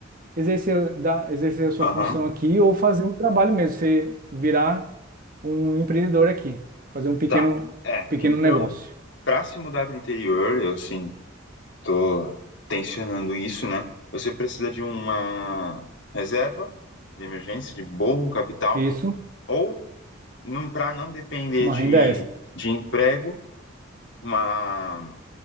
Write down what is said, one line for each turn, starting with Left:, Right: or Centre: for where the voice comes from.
Right: exercer, da, exercer a sua
Left: Aham.
Right: função aqui ou fazer um trabalho mesmo, você virar um empreendedor aqui, fazer um pequeno,
Left: Tá. É,
Right: pequeno
Left: então,
Right: negócio.
Left: pra se mudar pro interior, eu, sim Tô tensionando isso, né? Você precisa de uma reserva de emergência, de bom capital,
Right: Isso,
Left: ou para não depender
Right: uma
Left: de,
Right: renda extra.
Left: de emprego, uma